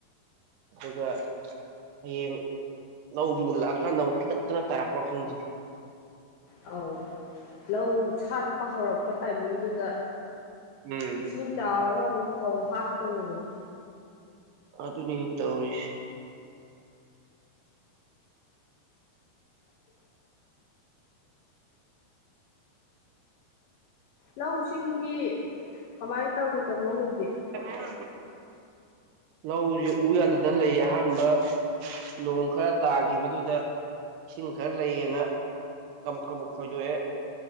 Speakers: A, on the right; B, on the left.
A: ꯑꯗꯨꯒ ꯍꯌꯦꯡ ꯂꯧ ꯃꯨꯜꯂꯛꯑꯀꯥꯟꯗ ꯇꯤꯡꯈꯠꯇꯅ ꯇꯥꯔꯛꯄ꯭ꯔꯥ ꯈꯪꯗꯦ
B: ꯑꯥꯎ ꯂꯧ ꯁꯥꯠꯄ ꯍꯧꯔꯛꯄ ꯇꯥꯏꯃꯤꯡꯗꯨꯗ
A: ꯎꯝ
B: ꯏꯁꯤꯡ ꯆꯥꯎꯔꯒ ꯑꯃꯨꯛ ꯐꯧ ꯍꯥꯠꯇꯣꯔꯤꯕꯅꯤ
A: ꯑꯗꯨꯅꯤ ꯇꯧꯔꯤꯁꯤ
B: ꯂꯧꯁꯤꯡꯗꯤ ꯀꯃꯥꯏꯅ ꯇꯧꯔꯤ ꯇꯥꯃꯣ ꯍꯧꯖꯤꯛ
A: ꯇꯥꯃꯣ ꯍꯧꯖꯤꯛ ꯂꯧꯁꯤ ꯎ ꯌꯥꯗꯗꯅ ꯂꯩꯌꯦ ꯑꯍꯥꯟꯕ ꯅꯣꯡ ꯈꯔ ꯇꯥꯈꯤꯕꯗꯨꯗ ꯏꯁꯤꯡ ꯈꯔ ꯂꯩꯌꯦꯅ ꯀꯕꯥꯛ ꯀꯕꯥꯛ ꯈꯣꯏꯗꯣꯛꯑꯦ